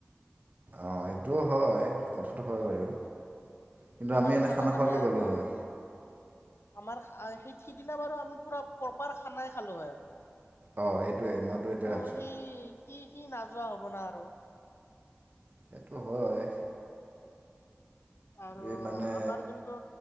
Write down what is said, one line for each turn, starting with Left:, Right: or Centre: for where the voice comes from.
Right: অ' সেইটোও হয়। কথাটো হয় বাৰু। কিন্তু
Left: আমাৰ
Right: আমি এনে
Left: খানা মানে
Right: খোৱাকে
Left: আৰু-
Right: গ'লোঁ হয়
Left: আমাৰ আ' সেই সিদিনা বাৰু আমি পুৰা প্ৰপাৰ খানাই খালোঁ হয় আৰু। কিন্তু,
Right: অঁ সেইটোৱে মইতো এইটোৱে ভাবিছোঁ
Left: সি সি- সি নাযোৱা হ'ব না আৰু।
Right: সেইটো হয়।
Left: আৰু
Right: এই মানে
Left: আমাৰ যোনটো,